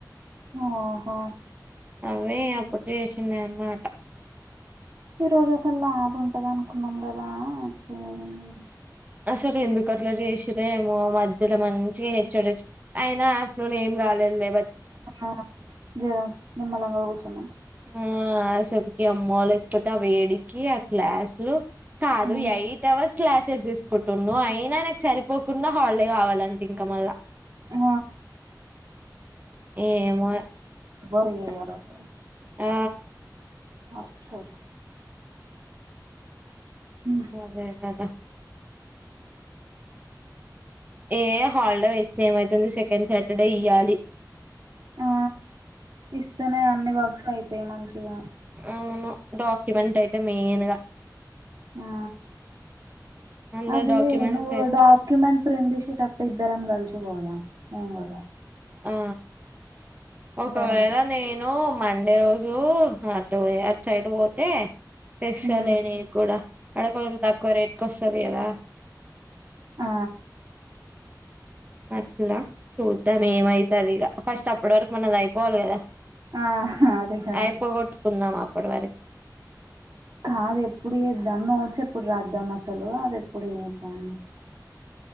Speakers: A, on the right; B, on the right.
A: ఓహో
B: అవే అప్పుడు చేసింది అన్నమాట
A: ఈ రోజు అసలు లాభ ఉంటది అనుకున్నాం కదా అ
B: అసలు ఎందుకు అట్లా చేసిరేమో మధ్యలో మంచిగా హెచ్డచ్చ అయినా ఆఫ్ నన్ ఏం కాలేదు లేదు
A: ఆ జరా నిమ్లంగా ఊసన్నా
B: ఆ అసపుకి అమ్మ లేకపోతే ఆ వేడికి ఆ క్లాసులు కాదు
A: ఉమ్,
B: ఎయిట్ అవర్స్ క్లాసెస్ తీసుకుంటున్నా అయినా నాకు సరిపోకుండా హాలిడే కావాలంటే ఇంకా మళ్ళా
A: ఆ
B: ఏమో
A: బరియద సార్
B: ఆ
A: మార్చేర్ ఉమ్,
B: అదేదదా ఏ హాలిడే ఇస్తే ఏమైతుంది సెకండ్ సాటర్డే ఇయ్యాలి
A: ఆ ఇస్తనే అన్ని వర్క్స్ అయితాయి మంచిగా
B: అవును డాక్యుమెంట్ అయితే మెయిన్ గా
A: ఆ
B: అందరు
A: అదే
B: డాక్యుమెంట్స్
A: నువ్వు
B: అయితే
A: డాక్యుమెంట్ ప్రందిసిటప్పుడు ఇద్దరం కలిచ పోదాం నిను కూడా
B: ఆ
A: ఇద్దరం
B: ఒకవేళ నే ను మండే రోజు అటు అట్ సైడ్ పోతే తెసాలేనిది
A: హ్మ్
B: కూడా అడకోం తక్కువ రేట్కి వస్తది కదా
A: ఆ
B: అట్లా చూద్దాం ఏమైతది ఇక ఫస్ట్ అప్పటి వరకు మనది అయిపోవాలి కదా
A: ఆ అదే కదా
B: అయిపోగొట్టుకుందాం అప్పటి వరకి
A: కాదు ఎప్పుడు ఏద్దాం నోట్స్ ఎప్పుడు రాద్దాం అసలు అది ఎప్పుడు ఏద్దాము